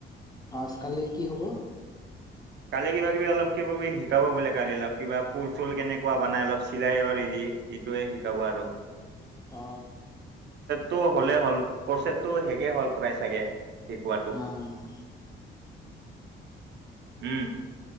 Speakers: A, on the left (about 20°); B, on the right (about 65°).
A: আজ কালি কি হ'ব
B: কালি কিবা কিবি অলপ কিবা কিবি শিকাব বোলে কালি অলপ কিবা ফুল চুল কেনেকুৱা বনাই অলপ চিলাইৰ এৰি এইটোয়ে শিকাব আৰু
A: অ
B: টো হ'লেই হ'ল প্ৰচছটো শেষেই হ'ল প্ৰায় চাগে শিকোৱাতটো
A: অ'
B: উম